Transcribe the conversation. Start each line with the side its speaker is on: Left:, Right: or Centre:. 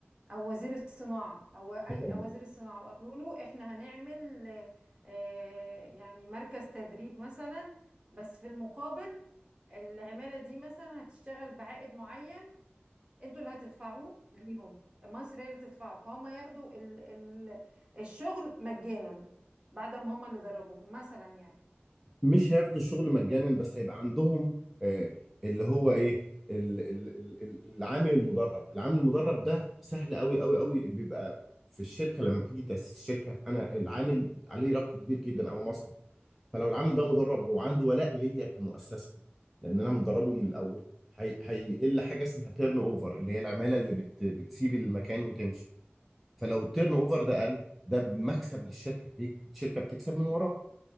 Right: او وزير الصناعة او اي
Centre: دي
Right: أو وزير الصناعة وقالوا له احنا هنعمل آه، آه، يعني مركز تدريب مثلا بس في المقابل العمالة دي مثلا هتشتغل بعائد معين انتوا اللي هتدفعوه ليهم مصر هي اللي تدفعه فهم ياخدوا ال ال الشغل مجانا بعد ما هم اللي دربوهم مثلا يعني
Centre: مش هياخدوا الشغل مجانا بس هيبقى عندهم آه، اللي هو ايه ال- ال- ال- ال- العامل المدرب العامل المدرب ده سهل قوي قوي قوي بيبقى في الشركه لما بتيجي تاسيس الشركه انا العامل عليه رق كبير جدا او مصنع فلو العامل ده مدرب وعنده ولاء ليا كمؤسسه لان انا مدربه من الاول هي- هيقل حاجه اسمها تيرن اوفر اللي هي العماله اللي بت بتسيب المكان وتمشي فلو التيرن اوفر ده قل ده مكسب للشركه بيك- الشركه بتكسب من وراه